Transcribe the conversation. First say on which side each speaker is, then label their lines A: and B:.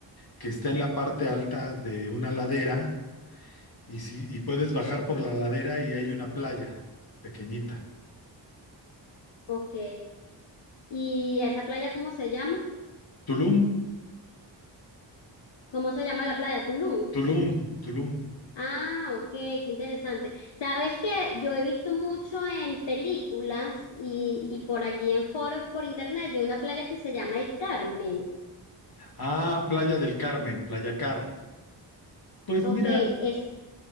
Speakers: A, on the left (about 55°); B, on the left (about 70°).
A: que está en la parte alta de una ladera y si y puedes bajar
B: Ok.
A: por la ladera y hay una playa pequeñita.
B: Ok. ¿Y esa playa cómo se llama?
A: Tulum,
B: ¿Cómo se llama la playa? Tulum.
A: Tulum, Tulum.
B: Ah, ok, qué interesante. Sabes que yo he visto mucho en películas y, y por allí en foros por internet de una playa que se llama El Carmen.
A: Ah, Playa del Carmen, Playa Car. Pues
B: Ok,
A: mira,
B: es,